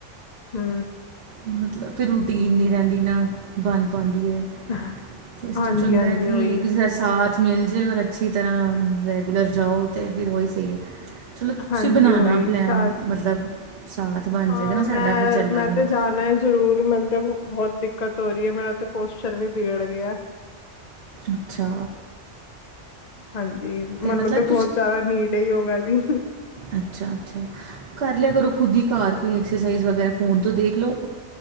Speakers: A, on the left; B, on the right.
A: ਹੂੰ।
B: ਮਤਲਬ ਫਿਰ ਰੂਟੀਨ ਨੀ ਰਹਿੰਦੀ ਨਾ ਬਣ ਪਾਉਂਦੀ ਹੈ।
A: ਹਾਂਜੀ
B: ਤੇ ਐਸ ਤੋਂ ਚੰਗਾ
A: ਹਾਂਜੀ
B: ਕੀ
A: ਉਹੀ
B: ਕਿਸੇ ਦਾ ਸਾਥ- ਮਿਲ ਜੇ ਔਰ ਅੱਛੀ ਤਰ੍ਹਾਂ ਰੈਗੂਲਰ ਜਾਓ ਤੇ ਫਿਰ ਉਹੀ ਸਹੀ ਹੈ। ਚਲੋ ਤੁਸੀਂ
A: ਹਾਂਜੀ
B: ਬਣਾਣਾ
A: ਉਹੀ
B: ਪਲੈਨ
A: ਸਾਥ
B: ਮਤਲਬ ਸਾਥ ਬਣ
A: ਹਾਂ
B: ਜੇਗਾ ਨਾ ਸਾਡਾ
A: ਮੈਂ
B: ਫੇਰ ਚੱਲਾਂਗੇ।
A: ਮੈਂ ਤੇ ਜਾਣਾ ਹੈ ਜ਼ਰੂਰ ਮੈਨ ਤੇ ਬਹੁਤ ਦਿੱਕਤ ਹੋ ਰਹੀ ਹੈ ਮੇਰਾ ਤੇ ਪੋਸਚਰ ਵੀ ਬਿਗੜ ਗਿਆ।
B: ਅੱਛਾ।
A: ਹਾਂਜੀ
B: ਤੇ
A: ਮੈਨੂੰ
B: ਮਤਲਬ
A: ਤਾਂ ਬੋਤ ਜਾਦਾ ਨੀਡ ਏ ਯੋਗਾ ਦੀ।
B: ਅੱਛਾ ਅੱਛਾ ਕਰ ਲਿਆ ਕਰੋ ਖੁਦ ਈ ਘਾਰ, ਕੋਈ ਐਕਸਰਸਾਈਜ਼ ਵਗੈਰਾ ਫੋਨ ਤੋਂ ਦੇਖ ਲੋ।